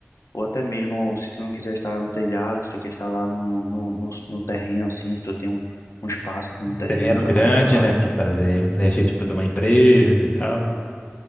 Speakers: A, on the left; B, on the left.
A: Ou até mesmo se tu não quiser instalar no telhado, se tu quer instalar no, no, no, no terreno, assim, se tu tem um, um espaço no terreno
B: Terreno
A: para
B: grande,
A: colocar.
B: né, para fazer uma energia tipo de uma empresa e tal.